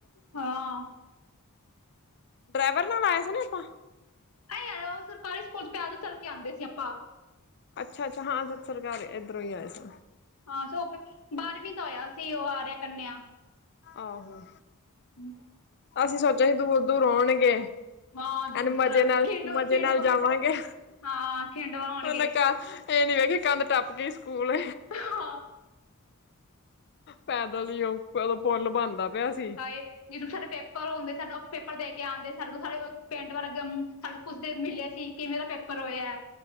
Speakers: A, on the left; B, on the left.
A: ਹਾਂ,
B: ਡਰਾਈਵਰ ਨਾਲ ਆਏ ਸੀ ਨਾ ਆਪਾਂ।
A: ਅਰੇ ਯਾਰ ਉਹ ਸਰਕਾਰੀ ਸਕੂਲ ਚ ਪੈਦਲ ਚੱਲ ਕੇ ਆਂਦੇ ਸੀ ਆਪਾਂ।
B: ਅੱਛਾ ਅੱਛਾ, ਹਾਂ, ਸੱਚ ਸਰਕਾਰੀ ਏਧਰੋਂ ਈ ਆਏ ਸੀ।
A: ਹਾਂ, ਸੋ ਬਾਰਵੀਂ ਦਾ ਹੋਇਆ ਸੀ ਉਹ ਆਰਿਆ ਕੰਨਿਆ।
B: ਆਹੋ।
A: ਹੂੰ,
B: ਅਸੀਂ ਸੋਚਿਆ ਸੀ ਦੂਰ ਦੂਰ ਹੋਣਗੇ।
A: ਹਾਂ ਦੂਰ
B: ਐਨ
A: ਦੂਰ
B: ਮਜ਼ੇ ਨਾਲ
A: ਖਿੰਡ
B: ਮਜ਼ੇ
A: ਖਿੰਡਵਾ
B: ਨਾਲ ਜਾਵਾਂਗੇ
A: ਹਾਂ ਖਿੰਡਵਾ ਹੋਣਗੇ
B: ਉਨ ਕ ਇਹ ਨੀ ਵੇਖੀ ਕੰਧ ਟੱਪ ਕੇ ਸਕੂਲ
A: ਹਾਂ
B: ਪੈਦਲ ਈ ਉਹ ਉਦੋਂ ਪੁੱਲ ਬਣਦਾ। ਪਿਆ ਸੀ
A: ਹਾਏ ਜਦੋਂ ਸਾਡੇ ਪੇਪਰ ਹੁੰਦੇ ਸਾਡਾ <unintelligible> ਪੇਪਰ ਦੇ ਕੇ ਆਂਦੇ ਸਾਡੇ ਤੋ ਸਾਰੇ ਪਿੰਡ ਵਾਲੇ ਜਮ ਸਾਡੇ ਕੁੱਛਦੇ ਮਿਲਿਆ ਸੀ ਕਿਵੇ ਦਾ ਪੇਪਰ ਹੋਇਆ।